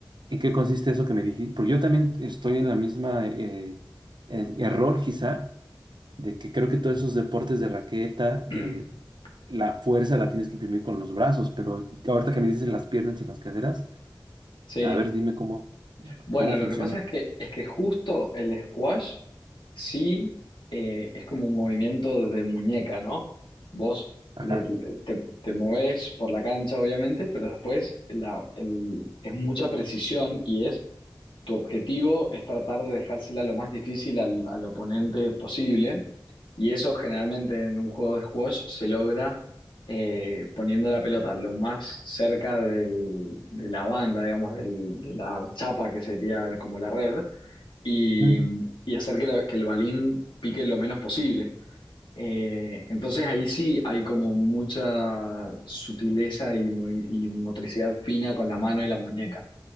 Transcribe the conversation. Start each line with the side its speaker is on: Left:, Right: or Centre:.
Right: en qué consiste eso que me dijiste, porque yo también estoy en la misma eh, eh, error quizá, de que creo que todos esos deportes de raqueta,
Left: <clears throat>
Right: eh, la fuerza la tienes que imprimir con los brazos, pero ahorita que me dices las piernas y las caderas,
Left: Sí.
Right: a ver, dime cómo,
Left: Bueno,
Right: cómo
Left: lo
Right: funciona.
Left: que pasa es que, es que justo el squash sí eh, es como un movimiento de muñeca, ¿no? Vos
Right: Ajá.
Left: le- le- te, te movés por la cancha, obviamente, pero después la- el- es mucha precisión y es tu objetivo es tratar de dejársela lo más difícil al, al oponente posible y eso generalmente en un juego de squash se logra eh, poniendo la pelota lo más cerca del- de la banda, digamos, del- de la chapa que sería como la red y,
Right: Mm,
Left: y hacer que, la- que el balín pique lo menos posible. Eh, entonces ahí sí hay como mucha sutileza y, muy- y motricidad fina con la mano y la muñeca.